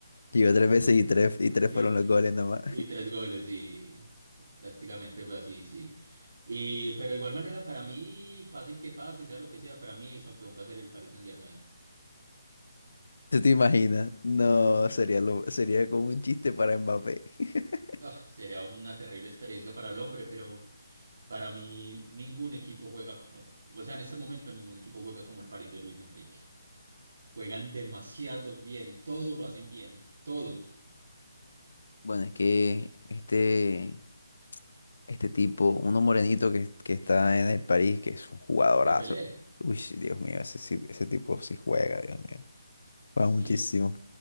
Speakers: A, on the left (about 55°); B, on the right (about 45°).
A: Llegó tres veces y tres, y tres
B: y,
A: fueron
B: y-
A: los goles nomás.
B: y- y tres goles y prácticamente fue así, sí. Y, pero de igual manera, para mí, pase el que pase, sea lo que sea, para mí el campeón va a ser el Paris Saint-Germain.
A: ¿Tú te imaginas? No, sería lo, sería como un chiste para Mbappé. <laughs>
B: Ah, sería una terrible experiencia para el hombre, pero para mí ningún equipo juega como, o sea, en este momento ningún equipo juega como el París de Luis Enrique. Juegan demasiado bien, todo lo hacen bien, todo.
A: Bueno, es que este, este tipo, uno morenito que, que está en el París, que es un jugadorazo.
B: Dembélé,
A: Uy, Dios mío, ese, sí- ese tipo sí juega, Dios mío.
B: sí,
A: Juega muchísimo.
B: es-